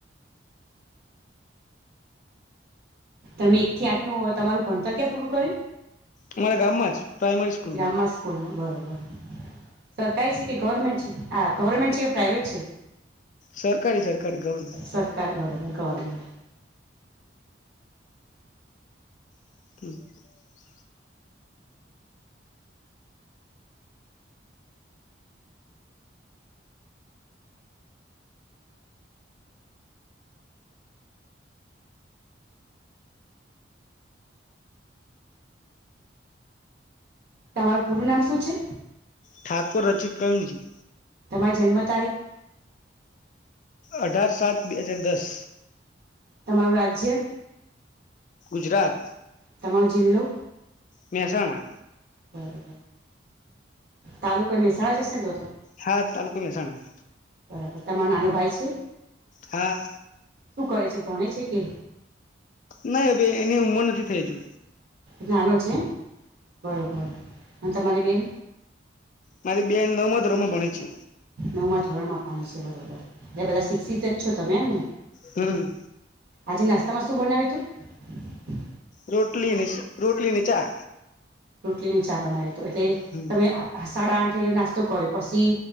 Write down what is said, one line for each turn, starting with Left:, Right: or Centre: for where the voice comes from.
Right: તમે એક થી આઠ નું તમારું ભણતર ક્યાં પૂરું કર્યું?
Left: અમારા ગામમાં જ પ્રાઈમરી સ્કૂલમાં.
Right: ગામમાં સ્કૂલમાં બરોબર સરકારી છે કે ગવર્મેન્ટ છે આ ગવર્મેન્ટ છે કે પ્રાઈવેટ છે?
Left: સરકારી સરકારી ગવર્મેન્ટ
Right: સરકાર બરોબર ગવર્મેન્ટ.
Left: <unintelligible>
Right: તમારું પૂરું નામ શું છે?
Left: ઠાકોર રચિત પ્રવીણ જી
Right: તમારી જન્મ તારીખ
Left: અઢાર સાત બે હજાર દસ
Right: તમારું રાજ્ય?
Left: ગુજરાત
Right: તમારો જિલ્લો?
Left: મહેસાણા
Right: બરોબર તાલુકો એ મહેસાણા નાજ હશે ને તોતો?
Left: હા તાલુકો મહેસાણા
Right: બરાબર તમારો નાનો ભાઈ છે?
Left: હા.
Right: શું કરે છે ભણે છે કે?
Left: નહી હવે એની ઉંમર નથી થઈ હજુ.
Right: નાનો છે બરોબર અને તમારી બેન?
Left: મારી બેન નવમા ધોરણમાં ભણે છે.
Right: નવમાં ધોરણ માં ભણે છે બરોબર ને બધા શિક્ષિત તજ છો તમે એમ ને?
Left: હમ્મ.
Right: આજે નાસ્તામાં શું બનાવ્યું તું?
Left: રોટલી ને રોટલી ને ચા.
Right: રોટલી ને ચા બનાયા તો એટલે
Left: હમ
Right: તમે સાડા આઠે એ નાસ્તો કરો. પછી